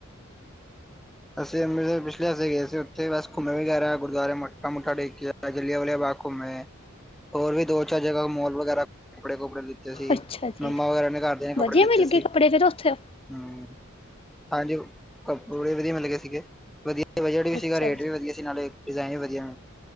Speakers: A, in the centre; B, on the left.
A: ਅਸੀਂ ਅੰਮ੍ਰਿਸਰ ਪਿਛਲੇ ਹਫ਼ਤੇ ਗਏ ਸੀ ਉਥੇ ਬਸ ਘੁੰਮ ਵੀਗੈਰਾ ਗੁਰਦੁਆਰੇ ਮਠਾ ਮੁਠਾ ਟੇਕਿਆ ਜਲੀਆਂ ਵਾਲੀਆਂ ਬਾਘ ਘੁੰਮ ਅੇ, ਹੋਰ ਵੀ ਦੋ-ਚਾਰ ਜਗਾ ਮੋਲ ਵਗੈਰਾ ਕੱਪੜੇ ਕੁਪੜੇ ਸੀ,
B: ਅੱਛਾ ਜੀ
A: ਮੰਮਾ ਵਗੈਰਾ ਨੇ ਘਰਦਿਆਂ ਕੱਪੜੇ
B: ਵਧੀਆ
A: ਲਿੱਤੇ
B: ਮਿਲ
A: ਸੀ
B: ਗਏ ਕੱਪੜੇ ਫਿਰ ਉੱਥੇ
A: ਹਮ, ਹਾਂਜੀ, ਕੱਪੜੇ ਵਧੀਆ ਮਿਲਗੇ ਸੀਗੇ ਵਧੀਆ ਬਜਟ ਵੀ ਸੀਗਾ
B: ਅੱਛਾ
A: ਰੇਟ
B: ਜੀ
A: ਵੀ ਵਧੀਆ ਸੀ ਨਾਲੇ ਡਿਜ਼ਾਇਨ ਵੀ ਵਧੀਆ